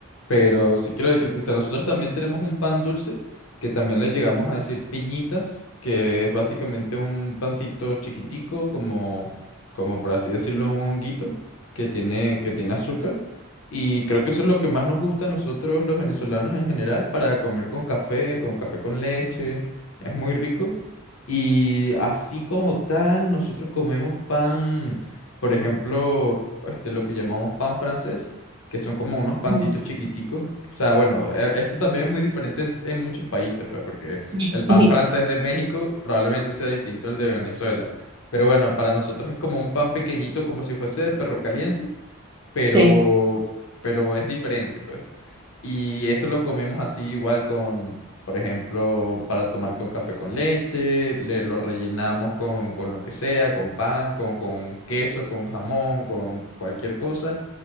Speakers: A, on the left; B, on the right.
A: Pero sí quiero decirte, o sea, nosotros también tenemos un pan dulce que también le llegamos a decir piñitas, que es básicamente un pancito chiquitico, como, como por así decirlo, un honguito que tiene, que tiene azúcar. Y creo que eso es lo que más nos gusta a nosotros los venezolanos en general para comer con café, con café con leche. Es muy rico. Y así como tal, nosotros comemos pan, por ejemplo, este, lo que llamamos pan francés que son como unos pancitos
B: Ujú.
A: chiquiticos. O sea, bueno, e- eso también es muy diferente en, en muchos países, pues, porque
B: <laughs>
A: el pan francés de México probablemente sea distinto al de Venezuela. Pero bueno, para nosotros es como un pan pequeñito, como si fuese de perro caliente, pero,
B: Sí.
A: pero es diferente, pues. Y eso lo comemos así igual con, por ejemplo, para tomar con café con leche, le- lo rellenamos con, con lo que sea, con pan, con, con queso, con jamón, con cualquier cosa.